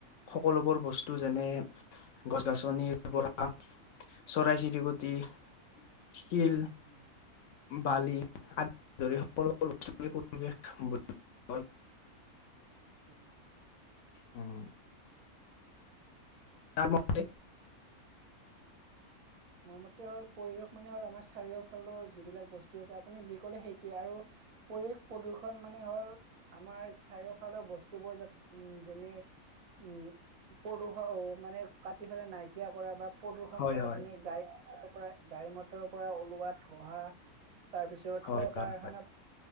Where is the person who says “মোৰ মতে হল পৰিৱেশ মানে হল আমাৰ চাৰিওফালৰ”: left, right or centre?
Right